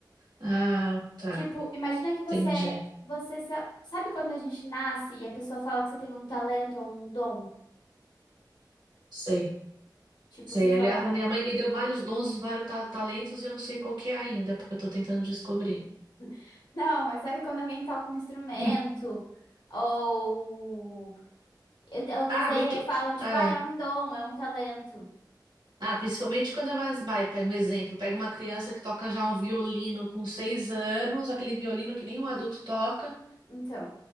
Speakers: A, on the right; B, on the left.
A: ah, tá.
B: Tipo, imagina que você,
A: Entendi.
B: você se- sabe quando a gente nasce e a pessoa fala que você tem um talento ou um dom?
A: Sei.
B: Tipo,
A: Sei,
B: você fala,
A: aliás, a minha mãe me deu vários dons, vários ta- talentos e eu não sei qual que é ainda, porque eu tô tentando descobrir.
B: <laughs> não, mas sabe quando alguém toca um instrumento
A: <laughs>
B: ou eu, eu desenho
A: Ah, muito.
B: e falam, tipo,
A: Ah,
B: ah, é um dom, é um talento.
A: ah, principalmente quando é mais vai, pega um exemplo, pega uma criança que toca já um violino com seis anos, aquele violino que nenhum adulto toca,
B: Então,